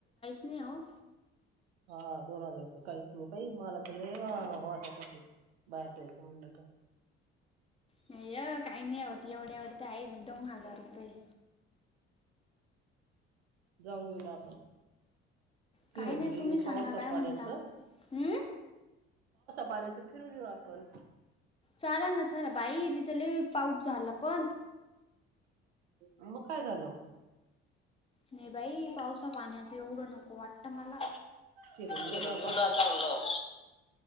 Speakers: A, on the left; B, on the right.
A: नाही हो
B: हा दोन हजार रुपये काहीच नाही बाई मला ट बाहेर जायच म्हणलं का.
A: नाही य काही नाही होती एवढे एवढे ते आहे दोन हजार रुपये.
B: जाऊन येऊ ना आपण क
A: काय
B: म्हणते
A: नाही तुम्ही
B: येऊ
A: सांगा
B: पाऊसापाण्याचं.
A: काय हम्म
B: पाण्याचं फिरून येऊ आपण
A: चालल ना चालल बाई तीथे लई पाऊस झाला पण.
B: मग काय झालं
A: नाही बाई पावसा पाण्याचं एवढं नको वाट मला
B: फिरून येऊ
A: फिर
B: ना
A: येवल चांगलं